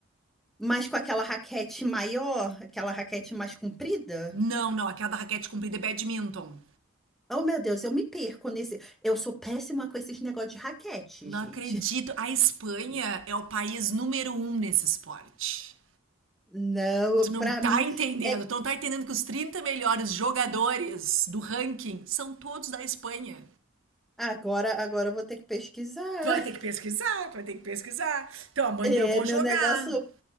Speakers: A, in the centre; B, on the right.
A: mas com aquela raquete maior, aquela raquete mais comprida?
B: Não, não, aquela da raquete comprida é badminton.
A: Oh, meu Deus, eu me perco nesse. Eu sou péssima com esses negócios de raquete,
B: Não
A: gente.
B: acredito. A Espanha é o país número um nesse esporte.
A: Não,
B: Tu não
A: para
B: tá
A: mim
B: entendendo.
A: é
B: Tu não tá entendendo que os 30 melhores jogadores do ranking são todos da Espanha.
A: agora, agora eu vou ter que pesquisar.
B: Tu vai ter
A: <laughs>
B: que pesquisar, tu vai ter que pesquisar. Então amanhã
A: É,
B: eu vou
A: meu
B: jogar.
A: negócio,